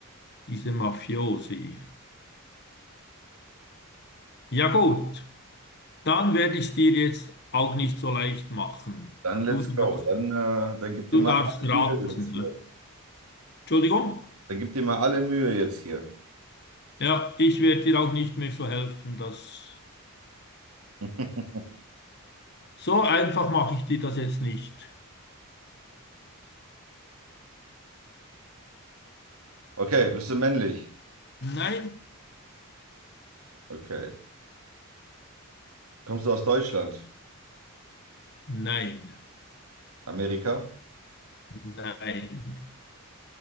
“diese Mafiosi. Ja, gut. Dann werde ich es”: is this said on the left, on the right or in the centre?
Left